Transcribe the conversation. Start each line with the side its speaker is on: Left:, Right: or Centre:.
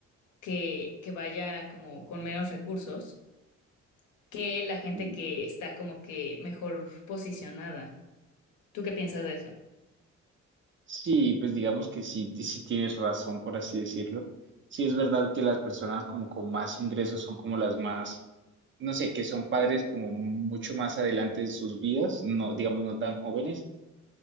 Left: que, que vaya como con menos recursos que la gente
Right: Mm,
Left: que está como que mejor posicionada. ¿Tú qué piensas de eso?
Right: Sí, pues digamos que sí, t- sí tienes razón, por así decirlo. Sí es verdad que las personas como con más ingresos son como las más, no sé, que son padres como mucho más adelante en sus vidas, no, digamos, no tan jóvenes